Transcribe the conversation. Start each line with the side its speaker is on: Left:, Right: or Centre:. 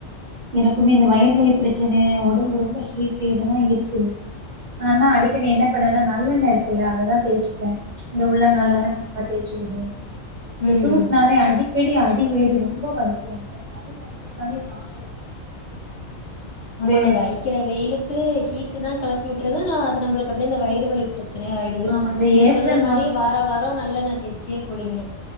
Right: எனக்குமே இந்த வயிறு வலி பிரச்சன ஒடம்பு ரொம்ப ஹீட் இதெல்லா இருக்குது நானல்லா அடிக்கடி என்ன பண்ணுவன்னா நல்லெண்ணய இருக்குல்ல அததா தேய்ச்சுப்பே இந்த உள்ளங்கால்லல
Left: ஆ
Right: எங்கப்பா தேய்சு விடு இந்த
Left: ம்
Right: சூட் நாலே அடிக் கடி அடிவேயறு ரொம்ப வலிக்கு எனக்கு அந்த வலி வந்துச்சுனாலே தாங் இந்த
Left: ஆமா நா அந்த அடிக்கிற வெயிலு கு ஹீட்டு தா கெளப்பி விட்டுறது ஆனா அது நம்ளுக்கு அப்டிய வயிறு வலி பிரச்சனய ஆயிடுது
Right: ஆமா இந்த
Left: நீங்க
Right: ஏப்ரல்
Left: சொல்ற மாரி
Right: மாச
Left: வார வாரம் நல்எண்ன தேச்சியே குளிங்க